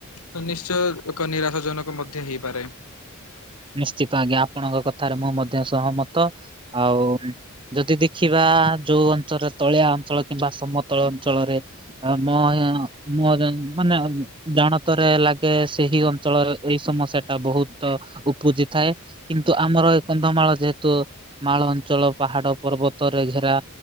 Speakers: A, on the left; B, on the right.
A: ତ ନିଶ୍ଚୟ ଏକ ନିରାଶଜନକ ମଧ୍ୟ ହେଇପାରେ।
B: ନିଶ୍ଚିତ ଆଜ୍ଞା, ଆପଣଙ୍କ କଥାରେ ମୁଁ ମଧ୍ୟ ସହମତ ଆଉ ଯଦି ଦେଖିବା ଯୋଉ ଅଞ୍ଚଳରେ ତଳିଆ ଅଞ୍ଚଳ କିମ୍ବା ସମତଳ ଅଞ୍ଚଳରେ ଆ ମୋ-ମୋ ମାନେ ଜାଣତରେ ଲାଗେ ସେହି ଅଞ୍ଚଳ ଏଇ ସମସ୍ୟା ଟା ବହୁତ ଉପୁଜିଥାଏ, କିନ୍ତୁ ଆମର ଏଇ କନ୍ଧମାଳ ଯେହେତୁ ମାଳ ଅଞ୍ଚଳ ପାହାଡ ପର୍ବତରେ ଘେରା